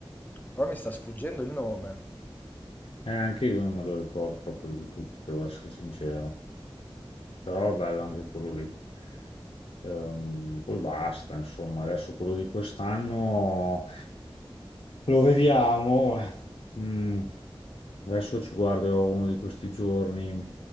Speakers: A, on the left; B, on the left.
A: però mi sta sfuggendo il nome.
B: Eh, anche io non me lo ricordo proprio del tutto, devo essere sincero. Però bello anche quello lì. Ehm, poi basta, insomma, adesso quello di quest'anno lo vediamo. eh. Mm, adesso ci guardo uno di questi giorni.